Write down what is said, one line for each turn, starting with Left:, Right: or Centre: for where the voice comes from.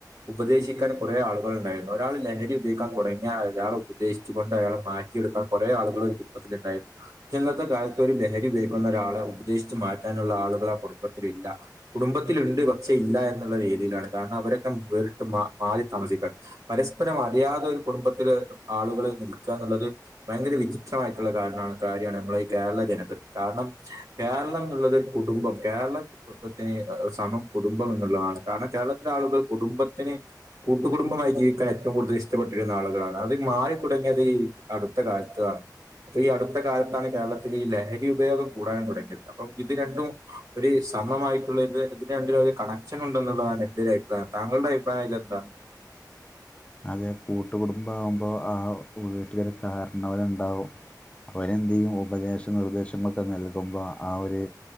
Right: ഉപദേശിക്കാൻ കുറെേ ആളുകൾ ഉണ്ടായിരുന്നു ഒരാൾ ലഹരി ഉപയോഗിക്കാൻ തുടങ്ങിയാ അയാളെ ഉപദേശിച്ചു കൊണ്ട് അയാൾ മാറ്റി യെടുക്കാൻ കുറെ ആളുകളൾ ഒരു കുപ്പത്തിലൽ ഉണ്ടായിരുന്നു ചന്നത്തെ കാലത്ത് ഒരു ലഹരി ഉപയോഗിക്കുന്ന ഒരാളെ ഉപദേശിച്ചച്ച് മാറ്റി ള്ള ആളുകളാ കുടുംബത്തിലല്ല കുടുംബത്തില്ണ്ട് പക്ഷെ ഇല്ല എന്നുള്ള രീതിയിലാണ് കാരണം അവരെ വ് മാറി താമസിക്ക പരസ്പരം അറിയാതെ ഒരു കുടുംബത്തില് ആളുകൾ നിൽക്കാ ത് ഭയങ്കര വിചിത്രമായിട്ടുള്ള ക കാര്യമാണ് നമ്മള ഈ കേരള ജനത കാരണം കേരളം എന്നുള്ളത് കുടുംബം കേരളംത്തി സമം കുടുംബം എന്നുള്ളതാണ് കാരണം കേരളത്തിലെ ആളുകൾ കുടുംബത്തിന് കൂട്ടുകുടുംബമായി ജീവിക്കാൻ ഏറ്റവും കൂടുതൽ ഇഷ്ടപ്പെട്ടിരുന്ന ആളുകളാണ് അത് മാറി തുടങ്ങിയത് ഈ അടുത്ത കാലത്തണ് അപ്പൊ ഈ അടുത്ത കാലത്താണ് കേരളത്തിൽ ഈ ലഹരി ഉപയോഗം കൂടാൻ തുടങ്ങിയത് അപ്പം ഇത് രണ്ടും ഒരു സമമായിട്ടുള്ളത് ഇതിന് ഒരു കണക്ഷൻ ഉണ്ടെന്നുള്ളതാണ് എന്റെ ഒരു അഭിപ്രായം താങ്കളുടെ അഭിപ്രായംല്ല എന്താണ്
Left: അതെ കൂട്ട കുടുംബ ആകുമ്പോ ആ വീട്ടിലരു കാരണവലുണ്ടാവും അവരെന്തെയ്യും ഉപദേശ നിർദേശങ്ങളൊക്കെ നൽകുമ്പോ ആ ഒരു